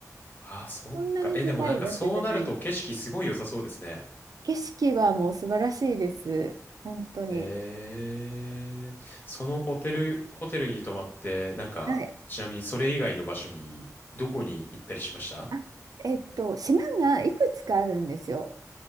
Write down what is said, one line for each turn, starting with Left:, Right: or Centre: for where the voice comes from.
Left: ああ、そっか。
Right: そんなに高い場所じゃないんで。
Left: え、でもなんかそうなると景色すごい良さそうですね。
Right: 景色はもう素晴らしいです。本当に。
Left: えー、そのホテル、ホテルに泊まって、なんか、
Right: はい。
Left: ちなみにそれ以外の場所に、どこに行ったりしました
Right: あ、えっと、島がいくつかあるんですよ。